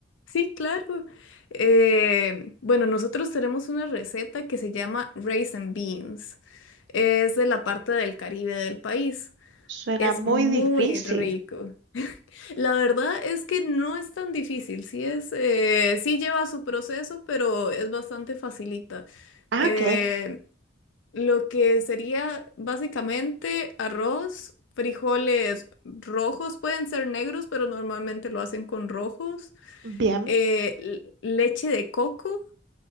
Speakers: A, on the left; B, on the right.
A: Sí, claro. Eh, bueno, nosotros tenemos una receta que se llama rice and Beans. Es de la parte del Caribe del país.
B: Suena
A: Es
B: muy
A: muy
B: difícil.
A: rico. La verdad es que no es tan difícil, sí es, eh, sí lleva su proceso, pero es bastante facilita.
B: Ah,
A: Eh,
B: ok.
A: lo que sería básicamente arroz, frijoles rojos, pueden ser negros, pero normalmente lo hacen con rojos,
B: Bien,
A: eh, l- leche de coco,